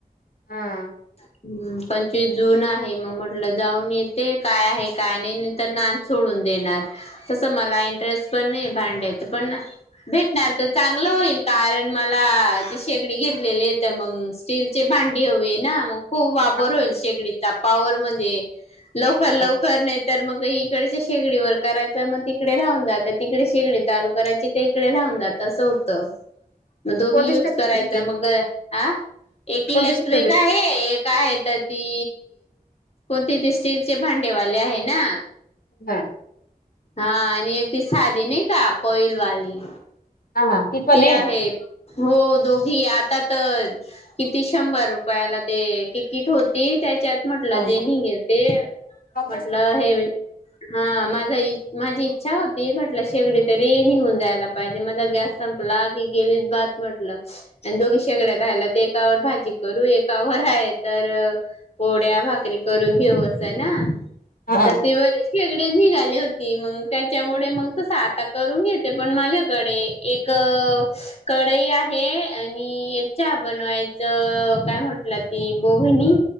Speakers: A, on the left; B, on the left.
A: हा.
B: हम्म पंचवीस जून आहे मग म्हटलं जाऊन येते काय आहे काय नाही? नाहीतर नाद सोडून देणार. तसं मला इंटरेस्ट पण नाहीये भांड् ड्यात. पण भेटणार तर चांगलं होईल कारण मला ती शेगडी घेतलेली आहे मग मग स्टीलचे भांडी हवे ना. मग खूप वापर
A: हा
B: होईल शेकडीचा पॉवर म्हणजे लवकर लवकर
A: हा
B: नाही तर मग इकडेच्या शेगडी वर करायच मग तिकडे राहुन जात तिकडे शेगडी चालू करायची का इकडे राहुन जात तसं होत. मग दोन्ही
A: कोणती
B: युज
A: स्टेप
B: करायचा
A: घेतली
B: ह एक इलेक्ट्रिक
A: कोणती स्टेप घेतली?
B: आहे, एक आहे तर ती कोणती ते स्टीलचे भांडेवाले आहे ना.
A: हम्म.
B: हा आणि एक दिस साधी नाही का कोइलवाली
A: हा हा ती पण
B: ते आहे. हो दोघी आता तर किती शंभर रुपयाला ते तिकीट होती. त्या च्यात म्हटलं
A: हा.
B: जे निघेल ते
A: हा
B: म्हटलं हे हा माझा माझी इच्छा होती म्हट शेगडी तरी निघून जायला पाहिजे माझा गॅस संपला की गेली ब म्हटलं आणि दोघी शेगड्या भेटल्या. तर एकावर भाजी करू एकावर आहे तर पोळ्या, भाकरी करून घेऊ असं ना.
A: हा
B: तर ते बर शेगडे निघाले होते. मग त्याच्यामुळे मग त आता करून घेते. पण माझ्याकडे एक कढई आहे आणि एक चहा बनवाय च काय म्हटलं ती भोगुनी